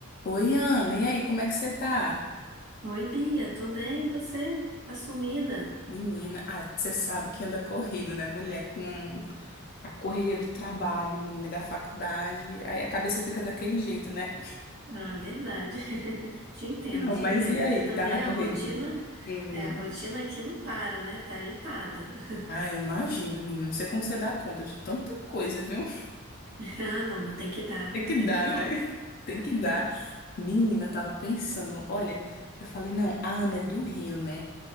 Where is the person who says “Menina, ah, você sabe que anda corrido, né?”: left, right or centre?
Left